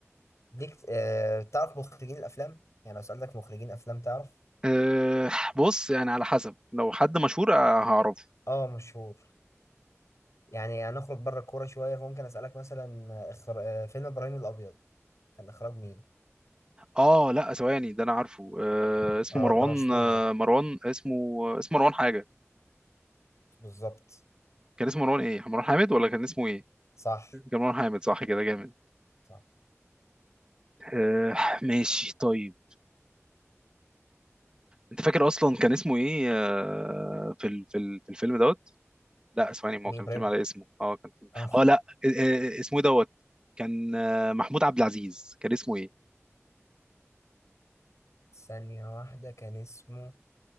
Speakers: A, on the left; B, on the right.
A: ليك آه تعرف مخرجين الأفلام يعني لو سألتك مخرجين أفلام تعرف
B: أه بص يعني على حسب لو حد مشهور آه، هعرفه
A: أه مشهور يعني هنخرج بره الكورة شوية فممكن أسألك مثلا آه، إخر... آه، فيلم إبراهيم الأبيض كان إخراج مين؟
B: اه لا ثواني ده انا عارفه أه اسمه
A: اه
B: مروان
A: ده مشهور
B: آه،
A: ده
B: مروان اسمه آه، اسمه مروان حاجه
A: بالظبط
B: كان اسمه مروان ايه مروان حامد ولا كان اسمه ايه
A: صح
B: جمال حامد صح كده جامد
A: صح
B: آه ماشي طيب انت فاكر اصلا كان اسمه ايه آه في ال- في ال- في الفيلم دوت لا اسمعني ما
A: مين
B: هو كان
A: إبراهيم؟
B: فيلم على اسمه اه كان فيلم.
A: اه
B: اه لا آه آه، اسمه إيه دوت كان آه محمود عبد العزيز كان اسمه ايه
A: ثانية واحدة كان اسمه